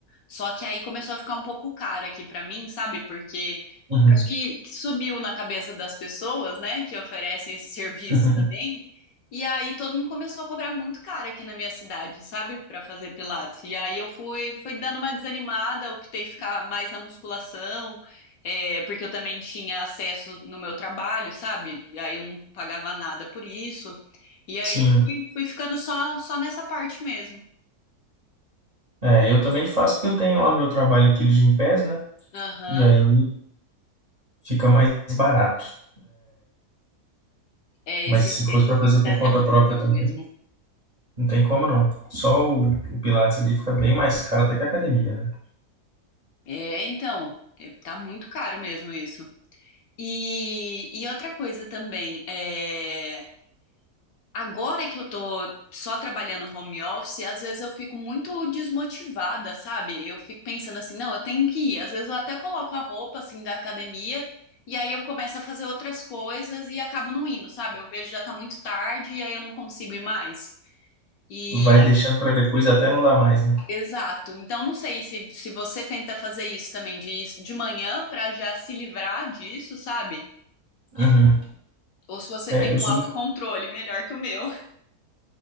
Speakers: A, on the left; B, on the right.
A: Só que aí começou a ficar um pouco caro aqui pra mim, sabe? Porque
B: Uhum.
A: acho que, que subiu na cabeça das pessoas, né, que oferecem esse serviço
B: <laughs>
A: também. E aí todo mundo começou a cobrar muito caro aqui na minha cidade, sabe? Pra fazer pilates. E aí eu fui, fui dando uma desanimada, optei ficar mais na musculação, é, porque eu também tinha acesso no meu trabalho, sabe? E aí eu não pagava nada por isso. E aí
B: Sim.
A: fui, fui ficando só, só nessa parte mesmo.
B: É, eu também faço porque eu tenho lá no meu trabalho aquele Gympass, né?
A: Aham.
B: E aí fica mais barato.
A: É,
B: Mas
A: esse,
B: se fosse
A: esse
B: para fazer
A: Gympass
B: por conta
A: é muito
B: própria
A: bom
B: também,
A: mesmo.
B: não tem como não. Só o, o Pilates ali fica bem mais caro até que a academia, né?
A: É, então, é, tá muito caro mesmo isso. E, e outra coisa também, é, agora que eu tô só trabalhando home office, às vezes eu fico muito desmotivada, sabe? Eu fico pensando assim, não, eu tenho que ir. Às vezes eu até coloco a roupa, assim, da academia, e aí eu começo a fazer outras coisas e acabo não indo, sabe? Eu vejo já tá muito tarde e aí eu não consigo ir mais. E
B: Vai deixando para depois até não dar mais, né?
A: Exato. Então, não sei se, se você tenta fazer isso também, de, ir de manhã para já se livrar disso, sabe?
B: Uhum.
A: Ou se você
B: É,
A: tem
B: eu
A: um
B: sou
A: autocontrole
B: muito
A: melhor que o meu.